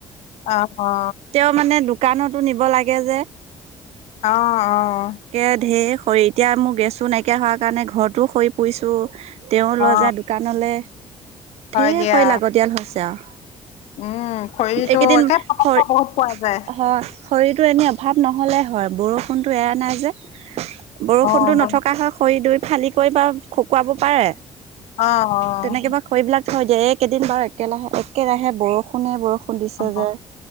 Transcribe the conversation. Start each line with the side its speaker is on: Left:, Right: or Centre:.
Left: অ অ
Right: তেওঁ মানে দোকানতো নিব লাগে যে।
Left: অ' অ'।
Right: কে ঢেৰ খৰি এতিয়া মোৰ গেছো নাইকিয়া হোৱাৰ কাৰণে, ঘৰতো খৰি পুৰিছো। তেওঁ
Left: অ
Right: লৈ
Left: অ
Right: যায় দোকানলৈ।
Left: হয়
Right: ঢেৰ
Left: দিয়া
Right: খৰি লাগতিয়াল হৈছে আৰু।
Left: উম, খৰিটো
Right: এইকেইদিন
Left: একে পটককে
Right: খৰি
Left: বহুত পোৱা যায়।
Right: হয় খৰিটো এনেই অভাৱ নহ'লে হয়! বৰষুণটো এয়া নাই যে। বৰষুণটো
Left: অ অ
Right: নথকা হয়, খৰি দুই ফালি কৰি বা শুকুৱাব পাৰে।
Left: অ', অ'।
Right: তেনেকে বা খৰিবিলাক এইকেইদিন বাৰু একেলাহে-একেৰাহে বৰষুণে বৰষুণ দিছে
Left: অ
Right: যে।